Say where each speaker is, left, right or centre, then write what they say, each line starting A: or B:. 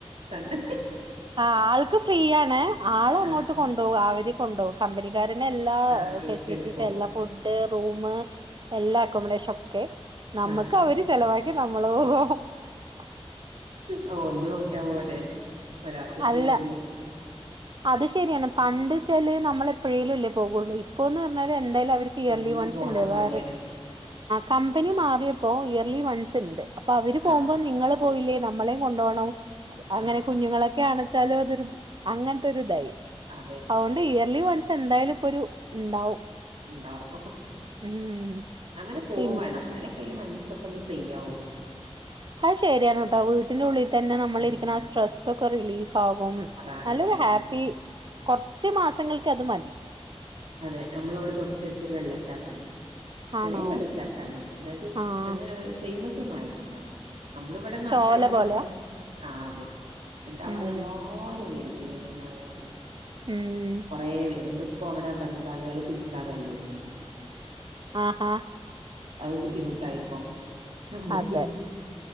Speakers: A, on the right (about 75°); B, on the right (about 45°).
A: തന്നെ
B: ആ ആൾക്ക് ഫ്രീയാണ് ആള് അങ്ങോട്ട്
A: ആഹ്
B: കൊണ്ടോവും അവര് കൊണ്ടോ കമ്പനിക്കാരന് എല്ലാ
A: ആഹ്
B: ഫെസിലിറ്റീസ്
A: ഏറ്റെടുക്കും
B: എല്ലാ ഫുഡ് റൂമ് എല്ലാ അക്കോമഡേഷൊ ക്കെ നമ്മക്ക്
A: ആഹ്
B: അവര് ചെലവാക്കി നമ്മള് <unintelligible>
A: ആ ഒന്ന് നോക്കിയാ പോ പരാത്
B: അല്ല
A: ഫ്രീയല്ലേ
B: അത് ശരിയാണ് പണ്ട് ചെല് നമ്മൾ എപ്പോഴേലും ഇല്ലേ പോകുള്ളൂ ഇപ്പോന്ന് പറഞ്ഞാല്
A: അതെ
B: എന്തായാലും അവർക്ക് ഇയർലി
A: എന്നും
B: വൺസ്
A: പോണ
B: ഇണ്ട്
A: പോലെയാണ്
B: വേറെ കമ്പനി മാറിയപ്പോ ഇയർലി വൺസ് ഉണ്ട് അപ്പോ അവര് പോകുമ്പോ
A: ആഹ്
B: നിങ്ങള് പോയില്ലേ നമ്മളെയ കൊണ്ട പോണം അങ്ങനെ
A: ആഹ്
B: കുഞ്ഞുങ്ങള ച്ചാല അതൊരു അങ്ങനത്തെ ഇതായി
A: അതെ
B: അതുകൊണ്ട് ഇയർലി വൺസ് എന്തായാലും ഇപ്പൊ ഒരു ഇണ്ടാവും
A: ഉണ്ടാവും
B: ഉം
A: അങ്ങനെ പോക
B: പിൻ
A: വേണംന്നല്ലെ ല് മനസ്സൊക്കെ ഒന്ന് ഫ്രീ ആവുള്ളൂ
B: <unintelligible> ആത് ശരിയാണ് കേട്ടോ വീട്ടിന്റെ ഉള്ളിൽ തന്നെ നമ്മള
A: ഉം
B: ഇരിക്കുന്ന ആ സ്ട്രെസ് ഒക്കെ റിലീഫ് ആകും
A: മാറാനൊക്കെ
B: നല്ലൊരു ഹാ
A: ഉം
B: ത്തി കുറച്ച് മാസങ്ങൾക്ക് അതുമതി
A: അതെ നമ്മള ഇവിടെ തൊട്ടടുത്തൊരു വെള്ളച്ചാട്ടാണ് ചെറിയ
B: ആണോ
A: വെള്ളിച്ചാട്ടാണ് അതായത്
B: ആഹ്
A: അങ്ങന ഫേമസ് ഒന്നുമായിട്ടില്ല നമ്മളിവിടെ നട്ടെനുമാത്രം
B: ചോല പോലെയാ
A: ആ അതെ എന്നിട്ടവിടെ
B: ഉം
A: എല്ലാരും വരും ഈവനിങ് ആയാല്
B: ഉം
A: കുറേ വീണ്ടും ഇപ്പൊവിടെ ബംഗാളിയള് കുളിക്കാൻ വരല് തൊടങ്ങിട്ടുണ്ട്
B: ആ ആ
A: അത് ബുദ്ധിമുട്ടായിപ്പോ നമ്മുക്ക്
B: അതെ